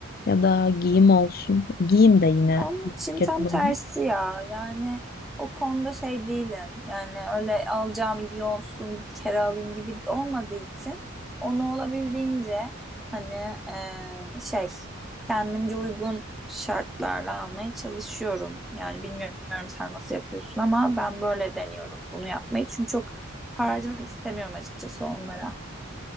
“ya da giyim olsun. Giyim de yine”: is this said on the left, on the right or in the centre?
Left